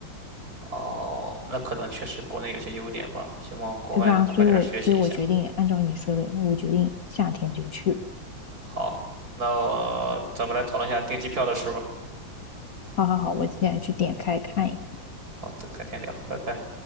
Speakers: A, on the right; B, on the left.
A: 哦，那可能确实国内有些优点吧，希望国外能快点儿学习一下。
B: 对吧？所以我所以我决定按照你说的，我决定夏天就去。
A: 好，那，呃咱们来讨论一下订机票的事吧。
B: 好好好，我现在去点开看一看。
A: 好的，改天聊，拜拜。